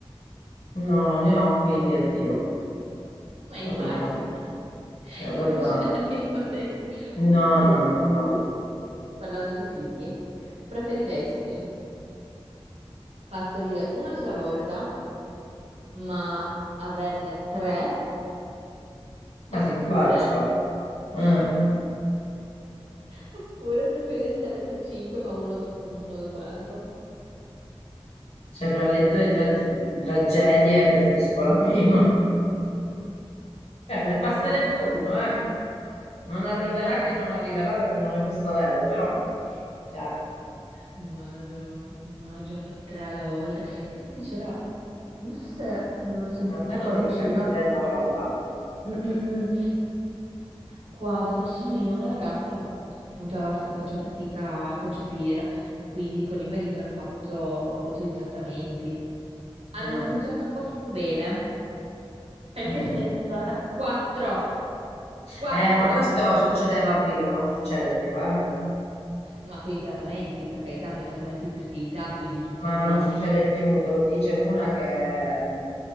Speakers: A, on the left; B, on the right.
A: No, non ne ho, quindi addio.
B: Ma
A: Cioè,
B: immagina,
A: proprio, cioè,
B: è
A: proprio,
B: uno scenario ipotetico.
A: no,
B: Uh,
A: no, no,
B: uh.
A: no.
B: Parlando di figli, preferiresti partorire una sola volta, ma averne tre,
A: Ma
B: oppure
A: si impaccia. Eh.
B: <laughs> Oppure preferiresti averne 5 ma uno, do- uno dopo l'altro?
A: Cioè, fra le due tra- tragedie preferisco la prima. Eh, me ne basterebbe uno, eh. Non arriverà che non arriverà perché non ne posso avere, però, cioè,
B: Madò, immagina fa- tre alla volta. Infatti c'era, non so se dove ho sentito
A: almeno
B: qua
A: te
B: vicino,
A: li cacci tre una volta.
B: Mm, mm, mm. Qua dove sono io, una ragazza appunto aveva fa- faceva fatica a concepire e quindi con il marito hanno fatto un botto di trattamenti. Hanno
A: Mm.
B: funzionato un po' troppo bene. Perché
A: Eh,
B: se
A: eh.
B: ne è trovata quattro? Quattro!
A: Eh, ma questo succedeva prima, non succede più, eh.
B: No, ma con i trattamenti, per carità, con i trattamenti di fertilità, quindi tutti
A: Ma
B: embrioni.
A: non succede più, te lo dice una che mm,